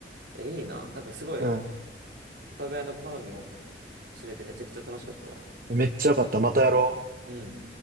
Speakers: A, on the right; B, on the right.
A: え、いいな。なんかすごい、
B: うん。
A: お互いの好みを知れてめちゃくちゃ楽しかったわ。
B: めっちゃよかった。またやろう。
A: うん。